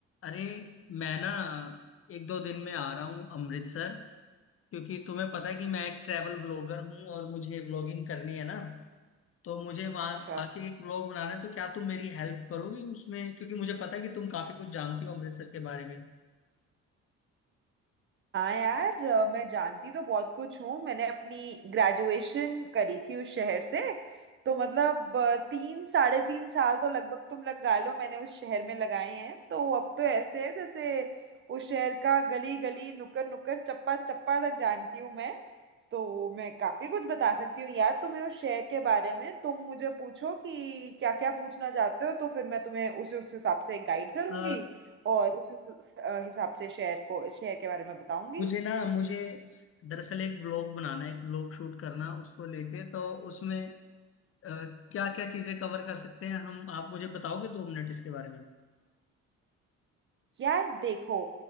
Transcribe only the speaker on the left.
अरे मैं ना एक दो दिन में आ रहा हूँ अमृतसर क्योंकि तुम्हें पता है कि मैं एक ट्रैवल ब्लॉगर हूँ और मुझे ब्लॉगिंग करनी है ना तो मुझे वहाँ
आके एक ब्लॉग बनाना है तो क्या तुम मेरी हेल्प करोगी उसमें क्योंकि मुझे पता है कि तुम काफी कुछ जानती हो अमृतसर के बारे में
अ,
मुझे ना मुझे दरअसल एक ब्लॉग बनाना है एक ब्लॉग शूट करना उसको लेके तो उसमें क्या क्या चीजें कवर कर सकते हैं हम आप मुझे बताओगे दो मिनट इसके बारे में